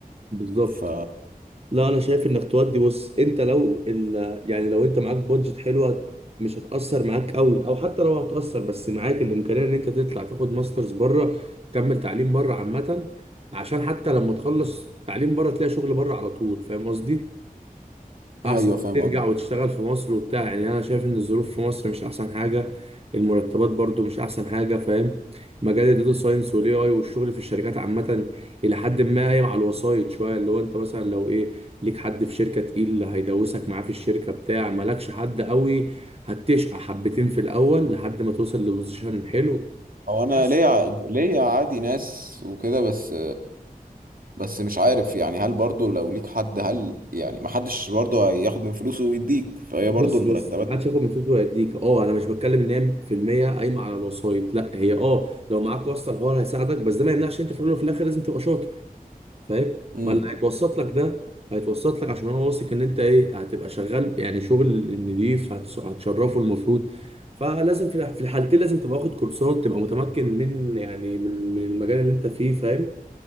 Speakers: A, on the right; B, on the right.
A: بالظبط
B: ف
A: لا انا شايف انك تودي بص انت لو ال... يعني لو انت معاك بادجت حلوه مش هتأثر معاك قوي او حتى لو هتأثر بس معاك الامكانيه ان انت تطلع تاخد ماسترز بره تكمل تعليم بره عامه عشان حتى لما تخلص تعليم بره تلاقي شغل بره على طول فاهم قصدي احسن
B: ايوه
A: ما
B: فاهم
A: ترجع
B: قصدي
A: وتشتغل في مصر وبتاع يعني انا شايف ان الظروف في مصر مش احسن حاجه المرتبات برضو مش احسن حاجه فاهم مجال الداتا ساينس والاي اي والشغل في الشركات عامه الى حد ما قايم على الوسايط شويه اللي هو انت مثلا لو ايه ليك حد في شركه تقيل هيدوسك معاه في الشركه بتاع مالكش حد قوي هتشقى حبتين في الاول لحد ما توصل لبوزيشن حلو
B: هو انا
A: بس
B: ليا ع- ليا عادي ناس وكده بس بس مش عارف يعني هل برضو لو ليك حد هل يعني ما حدش برضو هياخد من فلوسه ويديك فهي
A: بص
B: برضو المرتبات
A: بص محدش ياخد من فلوسه ويديك اه انا مش بتكلم ان هي في المية قايمه على الوسايط لا هي اه لو معاك واسطه الحوار هيساعدك بس ده ما يمنعش انت في الاول وفي الاخر لازم تبقى شاطر فاهم
B: امم
A: ما اللي هيتوسط لك ده هيتوسط لك عشان هو واثق ان انت ايه هتبقى شغال يعني شغل نضيف هتس- هتشرفه المفروض فلازم في الح- في الحالتين لازم تبقى واخد كورسات تبقى متمكن من يعني من من المجال اللي انت فيه فاهم